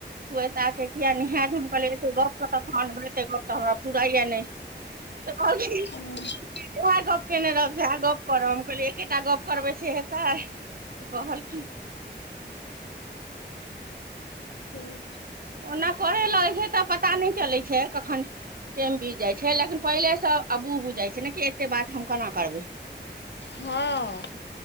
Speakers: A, on the right; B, on the left.
A: श्वेता के किया नै हैत, हम कहलीय एते गप कतऽ कान भैसे एते गप तऽ हमरा फूराय या नै। तऽ कहलखिन
B: अच्छा
A: ऊएह गप्प केने रहब सेएह गप करब, हम कहलियै एकेटा गप करबै से हेतै? कहलखिन
B: <unintelligible>
A: ओना करै लगैत छै तऽ पता नहि चलैत छै कखन टैम बीत जाइ छै, लेकिन पहिले से अबूह बुझै छै ने कि एते बात हम केना करबै?
B: हाँ,